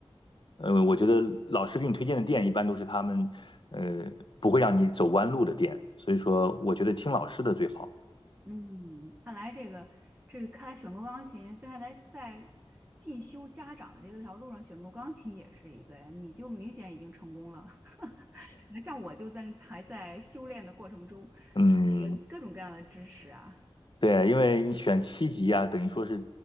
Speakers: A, on the left (about 50°); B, on the right (about 20°).
A: 呃，我觉得老师给你推荐的店一般都是他们，呃，不会让你走弯路的店，所以说，我觉得听老师的最好。
B: 嗯，看来这个这看来选购钢琴，这看来在进修家长的这个条路上，选购钢琴也是一个呀。你就明显已经成功了，<laughs> 还像我就在还在修炼的过程中，
A: 嗯，
B: 呃学各种各样的知识啊。
A: 对，因为你选七级啊，等于说是